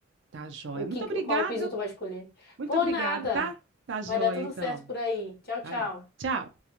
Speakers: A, on the right (about 65°); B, on the left (about 55°).
A: Tá joia.
B: o
A: Muito
B: que,
A: obrigado.
B: qual piso tu vai escolher.
A: Muito
B: Por
A: obrigada,
B: nada,
A: tá? Tá joia,
B: vai dar tudo
A: então.
B: certo por aí. Tchau,
A: Tá.
B: tchau.
A: Tchau.